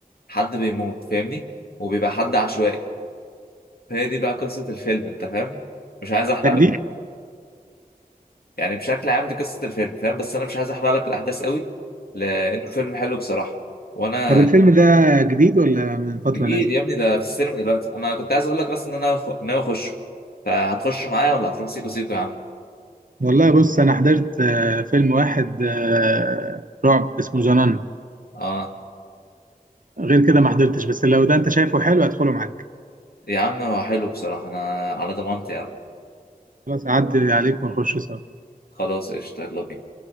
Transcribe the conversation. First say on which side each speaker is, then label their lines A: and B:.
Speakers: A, on the left (about 80°); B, on the right (about 60°).
A: حد بيموت فاهمني وبيبقى حد عشوائي فهي دي بقى قصة الفيلم انت فاهم مش عايز احرق
B: ده جديد
A: لك يعني بشكل عام دي قصة الفيلم فاهم بس انا مش عايز احرق لك الاحداث قوي لانه فيلم حلو بصراحة وانا
B: طب الفيلم ده جديد ولا من فتره
A: جديد
B: نازل
A: يا ابني ده في السينما دلوقتي انا كنت عايز اقول لك اصلا ان انا خ- ناوي اخشه فهتخش معايا ولا هتروح سيكو سيكو يا عم
B: والله بص انا حضرت آه، فيلم واحد آه، رعب اسمه زنان
A: اه
B: غير كده ما حضرتش بس لو ده انت شايفه حلو هدخله معاك
A: يا عم هو حلو بصراحة انا على ضمانتي يا عم
B: خلاص اعدي عليك ونخش سوا
A: خلاص قشطة يلا بينا